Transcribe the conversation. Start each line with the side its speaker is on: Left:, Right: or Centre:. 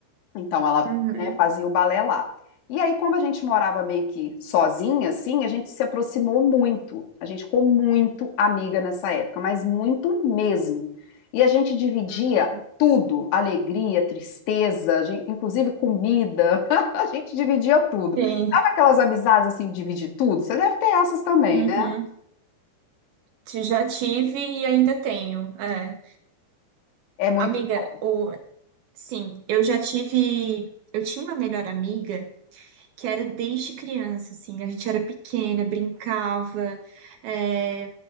Left: Então ela,
Right: uhum.
Left: né, fazia o balé lá. E aí, como a gente morava meio que sozinha, assim, a gente se aproximou muito. A gente ficou muito amiga nessa época, mas muito mesmo. E a gente dividia
Right: uhum.
Left: tudo, alegria, tristeza, de- inclusive comida. <laughs> A gente dividia tudo.
Right: Sim.
Left: Sabe aquelas amizades assim, de dividir tudo? Você deve ter essas também,
Right: Uhum.
Left: né?
Right: Te- Já tive e ainda tenho. é.
Left: É muito
Right: Amiga,
Left: bom,
Right: o... sim, eu já tive. Eu tinha uma melhor amiga. que era desde criança, assim, a gente era pequena, brincava, é,